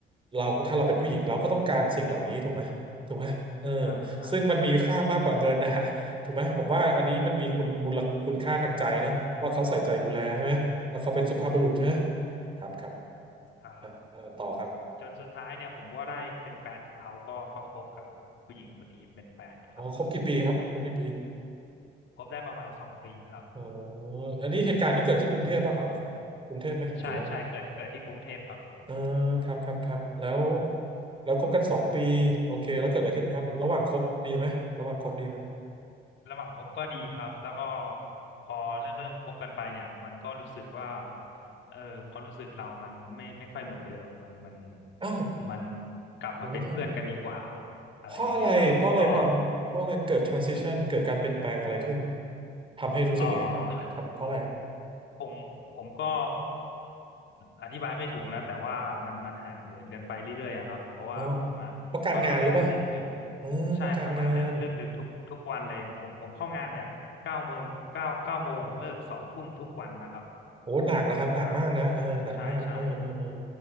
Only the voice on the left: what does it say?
ใช่ใช่
ครับ
จนสุดท้ายเนี่ยผมก็ได้เป็นแฟนกับเขาก็ก็คบกับผู้หญิงคนนี้เป็นแฟนครับผม
คบได้ประมาณสองปีครับ
ใช่ใช่เกิดเกิดที่กรุงเทพครับ
ระหว่างคบก็ดีครับแล้วก็พอเริ่มเริ่มคบกันไปเนี่ยมันก็รู้สึกว่าเออความรู้สึกเรามันไม่ไม่ค่อยเหมือนเดิมมันมัน
มันกลับมาเป็นเพื่อนกันดีกว่า
อะไรอย่างเงี้ยครับก็
เออ <laughs> ผมผมก็อธิบายไม่ถูกนะแต่ว่ามันมันห่างเหินกันไปเรื่อยๆอะครับเพราะว่าผมอ่ะก็ทำงานเลิกดึก
ใช่ทำงานเลิกเลิกดึกทุกทุกวันเลยผมผมเข้างานเนี่ยเก้าโมงเก้าเก้าโมงเลิกสองทุ่มทุกวันนะครับ
อ่าใช่ใช่